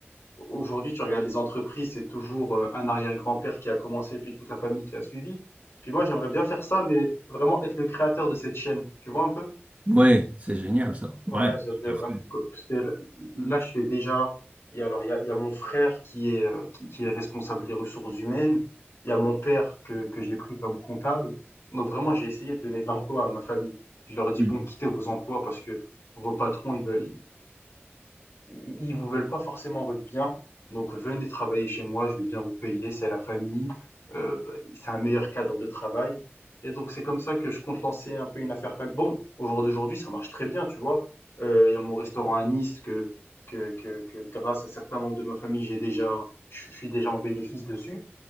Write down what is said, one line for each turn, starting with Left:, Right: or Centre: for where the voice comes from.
Left: aujourd'hui, tu regardes les entreprises, c'est toujours euh, un arrière-grand-père qui a commencé, puis toute la famille qui a suivi. Puis moi, j'aimerais bien faire ça, mais vraiment être le créateur de cette chaîne. Tu vois un peu?
Right: Oui, c'est génial ça. ouais,
Left: Ouais, j'aimerais
Right: tout
Left: vraiment
Right: à fait.
Left: que- parce que l- là, je fais déjà. Il y a, alors, il y a, il y a mon frère qui est, euh, qui, qui est responsable des ressources humaines. Il y a mon père que, que j'ai pris comme comptable. Donc, vraiment, j'ai essayé de donner de l'emploi à ma famille. Je leur ai dit,
Right: Hmm,
Left: bon, quittez vos emplois parce que vos patrons, ils veulent, ils vous veulent pas forcément votre bien. Donc venez travailler chez moi, je vais bien vous payer, c'est la famille, euh, bah, c'est un meilleur cadre de travail. Et donc c'est comme ça que je compte lancer un peu une affaire. fam- Bon, au jour d'aujourd'hui, ça marche très bien, tu vois. Euh, Il y a mon restaurant à Nice que, que, que, que grâce à certains membres de ma famille, j'ai déjà, je je suis déjà en bénéfice dessus.